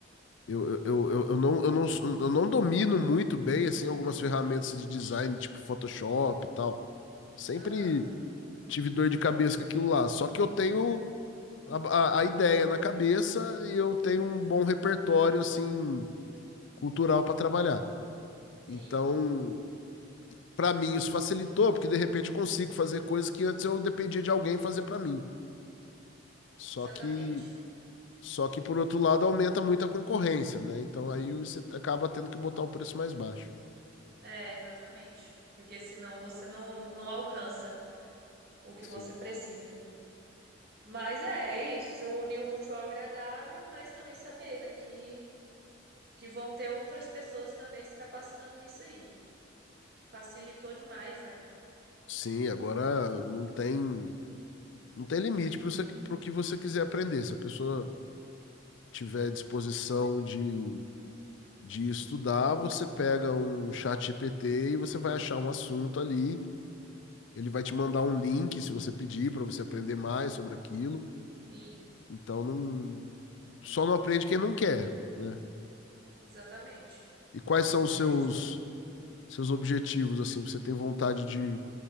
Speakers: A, on the left; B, on the right.
A: Eu, eu, eu, eu- eu não, eu, não, eu não domino muito bem assim algumas ferramentas de design, tipo Photoshop e tal. Sempre
B: Aham,
A: tive dor de cabeça com aquilo lá. Só que eu tenho a, a, a ideia na cabeça e eu tenho um bom repertório, assim, cultural para trabalhar.
B: sim,
A: Então, para mim, isso facilitou, porque de repente eu consigo fazer coisas que antes eu dependia de alguém fazer para mim. Só
B: exatamente.
A: que. Só que, por outro lado, aumenta muito a concorrência, né? Então aí você acaba tendo que botar o preço mais baixo.
B: É, exatamente. Porque senão você não, não alcança o que
A: Sim.
B: você precisa. Mas é, é isso. Você unir o útil ao agradável, mas também saber, né, que, que vão ter outras pessoas também se capacitando nisso aí. Que facilitou demais, né?
A: Sim, agora não tem não tem limite para o que você quiser aprender. Se a pessoa tiver disposição de, de estudar, você pega um chat GPT e você vai achar um assunto ali. Ele vai te mandar um link se você pedir para você aprender mais sobre aquilo.
B: Sim,
A: Então não, só não aprende quem não quer, né?
B: exatamente.
A: E quais são os
B: É,
A: seus seus objetivos assim? Você tem vontade de